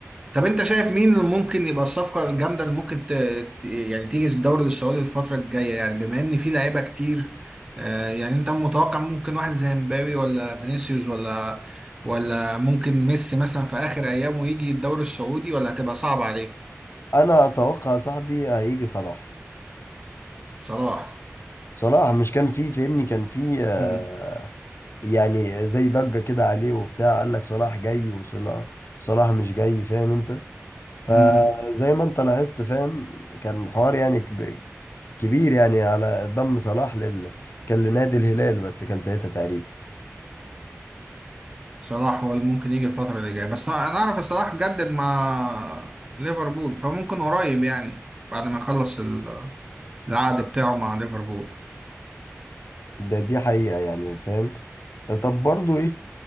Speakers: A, on the right (about 15°); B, on the left (about 60°).
A: طب انت شايف مين اللي ممكن يبقى الصفقة الجامدة اللي ممكن ت... ت- يعني تيجي الدوري السعودي الفترة الجاية يعني بما ان في لعيبة كتير آه، يعني انت متوقع ممكن واحد زي مبابي ولا فينيسيوس ولا ولا ممكن ميسي مثلا في اخر ايامه يجي الدوري السعودي ولا هتبقى صعبة عليه
B: انا اتوقع صاحبي هيجي صلاح
A: صلاح
B: صلاح مش كان فيه فهمني كان فيه آه
A: مم.
B: يعني زي ضجة كده عليه وبتاع قال لك صلاح جاي وصلاح صلاح مش جاي فاهم انت فزي
A: مم.
B: ما انت لاحظت فاهم كان الحوار يعني كب- كبير يعني على ضم صلاح لل كان لنادي الهلال بس كان ساعتها تقريبا
A: صلاح هو اللي ممكن يجي الفترة اللي جاية بس انا اعرف صلاح جدد مع ليفربول فممكن قريب يعني بعد ما يخلص ال- العقد بتاعه مع ليفربول
B: ده دي حقيقة يعني فاهم طب برضو ايه